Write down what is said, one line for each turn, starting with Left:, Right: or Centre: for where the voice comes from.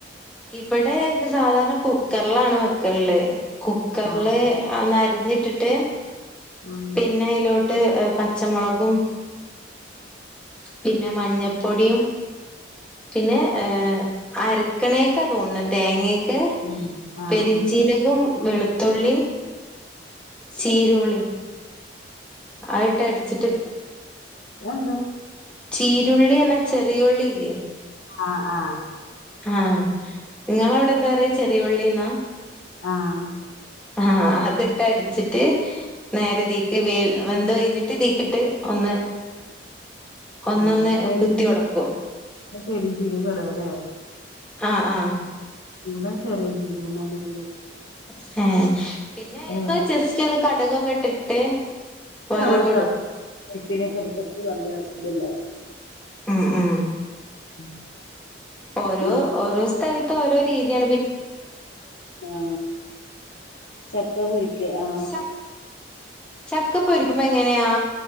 Centre: ഇവിടെ സാധാരണ കുക്കറിലാണ് വയ്ക്കലുള്ളത് കുക്കറില്
Left: ആഹ്
Centre: നരിഞ്ഞിട്ടിട്ട്
Left: ആഹ്
Centre: പിന്നെ അതിലോട്ട് ട്ട് പച്ചമുളകും പിന്നെ മഞ്ഞപ്പൊടിയും പിന്നെ ഏ അരക്കണേക്കാ തോന്നണ തേങ്ങ
Left: ഉം ആഹ്
Centre: പെരിഞ്ചീരകവും വെളുത്തുള്ളി ചീരോളി ആയിട്ട് അടിച്ചിട്ട്
Left: എന്ത്
Centre: ചീരുള്ളി അന്നെ ചെറിയുള്ളില്ലേ
Left: ആ ആ
Centre: ആ നിങ്ങളവിടെ എന്താ പറയാ ചെറിയള്ളിന്ന
Left: ആഹ്
Centre: ആ അത്ട്ട അടിച്ചിട്ട് നേരെ തീക്ക് വേ വെന്ത് കഴിഞ്ഞിട്ട് തീക്കിട്ട് ഒന്ന്. <inaudible> ഒന്നൊന്ന്
Left: ഉ പെരുഞ്ചീ
Centre: കുത്തി ഒടക്കും
Left: പെരുഞ്ചീര കടല്ലേ
Centre: ആ ആ
Left: ഇവിടെ ചെറിയ ജീര നല്ല ജീരകം
Centre: ഹ പിന്നെന്ന
Left: ഏഹ്
Centre: ജെസ്റ്റ് അത് കടുകൊക്കെ ഇട്ടിട്ട്. വറവിടും.
Left: ആ <unintelligible> എടുത്തിട്ട് നല്ല ഇതുണ്ടാവും
Centre: ഉം ഉം
Left: <inaudible>
Centre: ഓരോ
Left: എന്നിട്ട്
Centre: ഓരോ സ്ഥലത്ത് ഓരോ രീതിയാണ് -
Left: ആ ചക്കപൊരിക്ക് ആ
Centre: ച ചക്ക പൊരിക്കുമ്പോ എങ്ങനെയ ആ